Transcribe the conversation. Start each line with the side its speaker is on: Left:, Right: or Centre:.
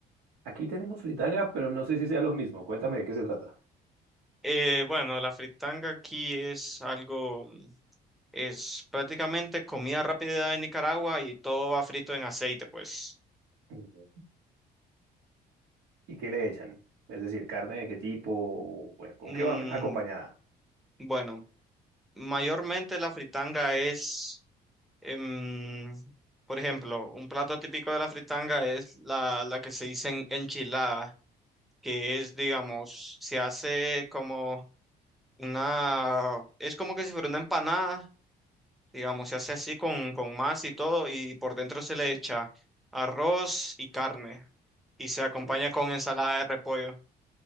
Right: Aquí tenemos fritanga, pero no sé si sea lo mismo. Cuéntame de qué se trata.
Centre: Eh, bueno, la fritanga aquí es algo, es prácticamente comida rápida de Nicaragua y todo va frito en aceite, pues.
Right: Ujú. ¿Y qué le echan? Es decir, carne de qué tipo, bueno, ¿con
Centre: Mm,
Right: qué va acompañada?
Centre: bueno, mayormente la fritanga es... em, por ejemplo, un plato típico de la fritanga es la, la que se dice en- enchilada, que es, digamos, se hace como una, es como que si fuera una empanada, digamos, se hace así con, con masa y todo, y por dentro se le echa arroz y carne, y se acompaña
Right: O-
Centre: con ensalada de repollo.